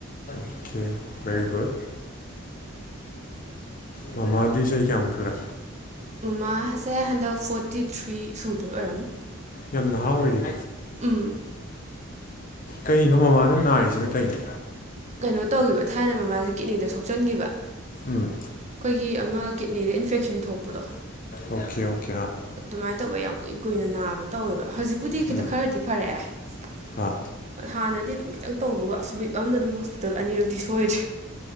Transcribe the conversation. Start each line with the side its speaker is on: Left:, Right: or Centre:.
Left: ꯑꯣꯀꯦ ꯚꯦꯔꯤ ꯒꯨꯗ ꯃꯃꯥꯗꯤ ꯆꯍꯤ ꯀꯌꯥꯃꯨꯛ ꯁꯨꯔꯦ
Right: ꯃꯃꯥꯁꯦ ꯍꯟꯗꯛ ꯐꯣꯔꯇꯤ ꯊ꯭ꯔꯤ ꯁꯨꯗ ꯑꯣꯏꯔꯝꯅꯤ
Left: ꯌꯥꯝ ꯅꯅꯥꯥꯎ ꯑꯣꯏꯔꯤꯗꯤ
Right: ꯎꯝ
Left: ꯀꯩꯅꯣ ꯃꯃꯥꯅ ꯅꯥꯔꯤꯁꯤꯅ ꯀꯩꯅꯣ
Right: ꯀꯩꯅꯣ ꯇꯧꯈꯤꯕ ꯊꯥꯏꯅ ꯃꯃꯥꯁꯦ ꯀꯤꯠꯅꯤꯗ ꯁꯣꯛꯆꯟꯈꯤꯕ
Left: ꯎꯝ
Right: ꯑꯩꯈꯣꯏꯒꯤ ꯑꯃ ꯀꯤꯠꯅꯤꯗ ꯏꯟꯐꯦꯛꯁꯟ ꯊꯣꯛꯄꯗꯣ
Left: ꯑꯣꯀꯦ ꯑꯣꯀꯦ ꯑꯥ
Right: ꯑꯗꯨꯃꯥꯏꯅ ꯇꯧꯕ ꯌꯥꯝ ꯀꯨꯏ ꯀꯨꯏꯅ ꯅꯥꯕ ꯇꯧꯋꯦꯕ ꯍꯧꯖꯤꯛꯄꯨꯗꯤ ꯈꯤꯇ
Left: ꯎꯝ
Right: ꯈꯔꯗꯤ ꯐꯔꯛꯑꯦ
Left: ꯑꯥ
Right: ꯍꯥꯟꯅ ꯑꯗꯨꯝ ꯈꯤꯇꯪ ꯇꯧꯕꯒ ꯑꯁꯨ ꯑꯃꯅ ꯑꯗꯨꯝ ꯍꯣꯁꯄꯤꯇꯥꯜ ꯑꯅꯤꯔꯛꯇꯤ ꯁꯣꯏꯗ꯭ꯔꯦ